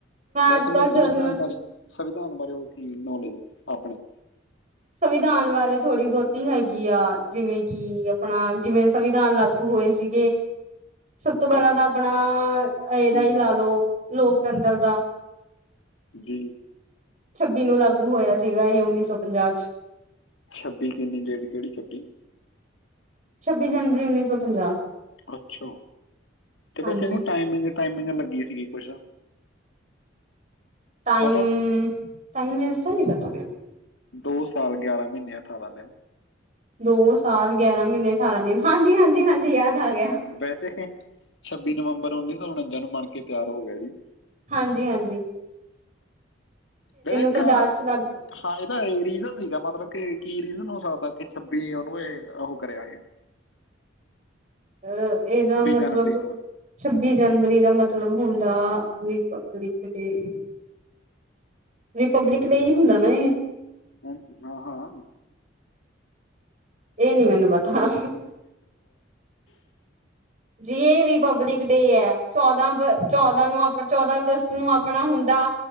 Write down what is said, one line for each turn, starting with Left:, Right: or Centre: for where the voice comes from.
Left: ਮੈਂ
Right: ਅੱਜ
Left: ਤੂੰ
Right: ਕੱਲ੍ਹ ਜਰਨਲ
Left: ਸੰਵਿਧਾਨ ਬਾਰੇ ਸੰਵਿਧਾਨ ਬਾਰੇ ਹੋਰ ਕੀ ਨੌਲੇਜ ਹੈ, ਆਪਣੇ?
Right: ਸੰਵਿਧਾਨ ਬਾਰੇ, ਥੋੜ੍ਹੀ ਬਹੁਤੀ ਹੈਗੀ ਆ। ਜਿਵੇਂ ਕਿ ਆਪਣਾ, ਜਿਵੇਂ ਸੰਵਿਧਾਨ ਲਾਗੂ ਹੋਏ ਸੀ। ਸਭ ਤੋਂ ਪਹਿਲਾਂ
Left: ਆਪਣੀ
Right: ਤਾਂ ਆਪਣਾ, ਇਹਦਾ
Left: ਹੂੰ
Right: ਹੀ
Left: ਹੂੰ
Right: ਲਾ ਲਓ ਲੋਕਤੰਤਰ ਦਾ
Left: ਜੀ।
Right: ਛੱਬੀ ਨੂੰ ਲਾਗੂ ਹੋਇਆ ਸੀਗਾ, ਇਹ ਉੱਨੀ ਸੌ ਪੰਜਾਹ।
Left: ਛਬੀ ਕਿੰਨੀ ਡੇਟ, ਕਿਹੜੀਛੱਬੀ?
Right: ਛੱਬੀ ਜਨਵਰੀ ਉੱਨੀ ਸੌ ਪੰਜਾਹ।
Left: ਅੱਛਾ ਤੇ
Right: ਹਾਂਜੀ
Left: ਵੈਸੇ ਇਹਨੂੰ ਟਾਈਮਿੰਗ, ਟਾਈਮਿੰਗ ਲੱਗੀ ਸੀਗੀ, ਕੁਛ?
Right: ਟਾਈਮ,
Left: ਪਤਾ ਸੀ?
Right: ਟਾਈਮ ਵਸੇ ਨੀ ਪਤਾ ਮ
Left: ਦੋ ਸਾਲ, ਗਿਆਰਾਂ ਮਹੀਨੇ, ਅਠਾਰਾਂ ਦਿਨ।
Right: ਦੋ ਸਾਲ, ਗਿਆਰਾਂ ਮਹੀਨੇ, ਅਠਾਰਾਂ ਦਿਨ ਹਾਂਜੀ, ਹਾਂਜੀ, ਹਾਂਜੀ ਯਾਦ ਆ ਗਿਆ।
Left: ਹਾਂ ਵੈਸੇ, ਛੱਬੀ ਨਵੰਬਰ ਉੱਨੀ ਸੌ ਉਣੰਜਾ ਨੂੰ ਬਣ ਕੇ ਤਿਆਰ ਹੋ ਗਿਆ ਸੀ।
Right: ਹਾਂਜੀ, ਹਾਂਜੀ।
Left: <unintelligible>
Right: ਪੰਜਾਬ ਚ ਲੱਗ
Left: ਹਾਂ ਇਹਦਾ ਰੀਜ਼ਨ ਸੀਗਾ ਮਤਲਬ ਕਿ, ਕੀ ਰੀਜ਼ਨ ਹੋ ਸਕਦਾ ਕਿ ਛੱਬੀ ਉਹਨੂੰ ਇਹ ਉਹ ਕਰਿਆ। <unintelligible>
Right: ਆ ਇਹਦਾ ਮਤਲਬ
Left: ਜਨਵਰੀ ਨੂੰ ਹੈ।
Right: ਛੱਬੀ ਜਨਵਰੀ ਦਾ ਮਤਲਬ ਹੁੰਦਾ, ਰਿਪਬਲਿਕ ਡੇ ਰਿਪਬਲਿਕ ਡੇ ਹੀ ਹੁੰਦਾ ਨਾ ਇਹ?
Left: ਹਾਂ, ਹਾਂ।
Right: ਇਹ ਨਹੀਂ ਮੈਨੂੰ ਪਤਾ।
Left: ਹਮ।
Right: ਜੀ ਇਹ, ਰਿਪਬਲਿਕ ਡੇ ਐ। ਚੌਦਾਂ, ਚੌਦਾਂ ਨੂੰ ਆਪ ਚੌਦਾਂ ਅਗਸਤ ਨੂੰ ਆਪਣਾ ਹੁੰਦਾ